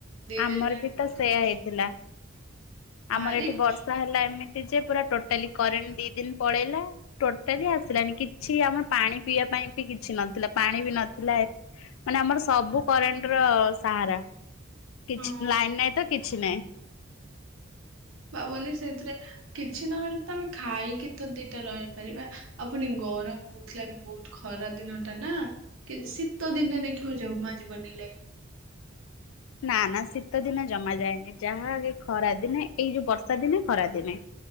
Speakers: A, on the right; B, on the left.
A: ଦି
B: ଆମର
A: ଦିନ ନା
B: ବି
A: କେତେ
B: ତ ସେୟା
A: କଷ୍ଟ
B: ହେଇଥିଲା
A: ଭାରି
B: ଆମର ଏଠି
A: କଷ୍ଟ
B: ବର୍ଷା ହେଲା ଏମିତି ଯେ ପୁରା ଟୋଟାଲି କରେଣ୍ଟ ଦି ଦିନ ପଳେଇଲା ଟୋଟାଲି ଆସିଲାନି। କିଛି ଆମର ପାଣି ପିଇବା ପାଇଁ ବି କିଛି ନଥିଲା ପାଣି ବି ନଥିଲା ମାନେ ଆମର ସବୁ କରେଣ୍ଟ ର ସାହାରା କିଛି
A: ହଁ
B: ଲାଇନ ନାଇଁ ତ କିଛି ନହିଁ।
A: ଭାବନି ସେଇଥିରେ କିଛି ନହେଲେ ତ ଆମେ ଖାଇକି ତ ଦିଟା ରହିପାରିବା। ଆଉ ଫୁଣି ଗରମ ହଉଥିଲା ବି ବହୁତ ଖରା ଦିନ ଟା ନା କି ଶୀତ ଦିନେ ଦେଖିବ ଜମା ଯିବନି ଲାଇନ
B: ନା ନା ଶୀତ ଦିନେ ଜମା ଯାଏନି ଯାହା କି ଖରା ଦିନେ ଏଇ ଯୋଉ ବର୍ଷା ଦିନେ ଖରା ଦିନେ।